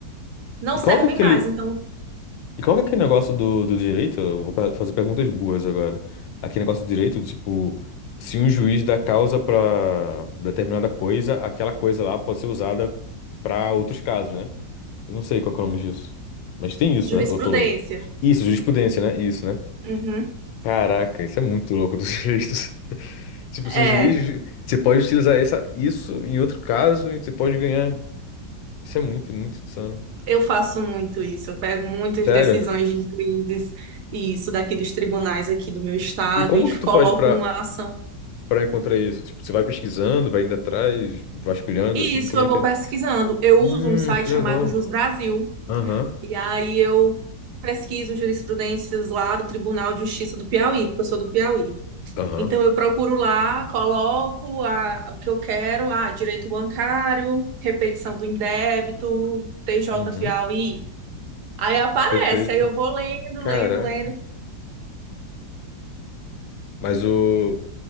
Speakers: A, on the right; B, on the left.
A: não
B: E
A: servem
B: qual que é aquele,
A: mais. Então,
B: e qual que é aquele negócio do, do direito? Eu vou pe- fazer perguntas boas agora. Aquele negócio do direito, do tipo, se um juiz dá causa pra determinada coisa, aquela coisa lá pode ser usada pra outros casos, né? Eu não sei qual que é o nome disso. Mas tem isso,
A: jurisprudência.
B: né? Eu tô louco. Isso, jurisprudência, né? Isso, né?
A: Uhum.
B: Caraca, isso é muito louco dos <laughs> direitos. Tipo, se
A: É,
B: o juiz. Você pode utilizar essa, isso em outro caso e você pode ganhar. Isso é muito, muito insano.
A: Eu faço muito isso, eu pego muitas
B: Sério?
A: decisões de juízes e isso daqui dos tribunais aqui do meu estado
B: E como
A: e
B: que tu
A: coloco
B: faz pra,
A: numa ação.
B: pra encontrar isso? Tipo, você vai pesquisando, vai indo atrás, tipo, vasculhando,
A: E
B: assim,
A: isso
B: como
A: eu
B: é
A: vou
B: que é?
A: pesquisando. Eu
B: Hum,
A: uso um site
B: que legal.
A: chamado Jus Brasil
B: Aham,
A: e aí eu pesquiso jurisprudências lá do Tribunal de Justiça do Piauí, porque eu sou do Piauí.
B: aham,
A: Então eu procuro lá, coloco a- o que eu quero, ah, direito bancário, repetição do indébito, TJ
B: uhum,
A: Piauí. Aí aparece,
B: perfeito.
A: aí eu vou lendo,
B: Caraca.
A: lendo, lendo.
B: Mas o...